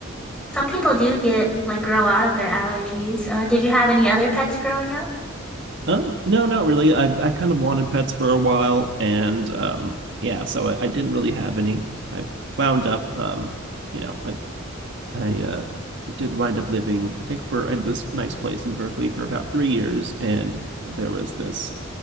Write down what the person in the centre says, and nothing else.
Some people do get like grow out of their allergies. Uh, did you have any other pets growing up?